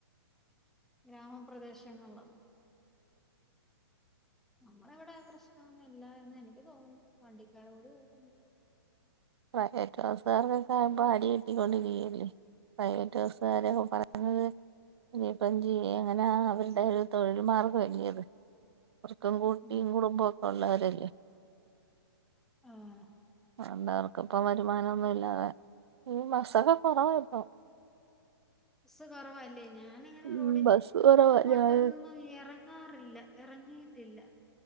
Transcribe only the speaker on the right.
പ്രൈവറ്റു ബസുകാർക്കൊക്കെ ഇപ്പോ അടി കിട്ടിക്കൊണ്ടിരിക്കയല്ലേ പ്രൈവറ്റു ബസുകാരൊക്കെ പറയുന്നത് ഇനീപ്പം എന്തു ചെയ്യാന എങ്ങനെ അവരുടെ ഒരു തൊഴിൽ മാർഗ്ഗം അല്ലിയോ അത് അവർക്കും കുട്ടിയും
കുടുംബം ഒക്കെ ഉള്ളോരല്ലേ
വേണ്ടവർക്ക് ഇപ്പ വരുമാനമൊന്നും ഇല്ലാതെ ഈ ബസൊക്കെ കുറവായിരുന്നു
ഉം ബസ് കുറവാ
ഞാൻ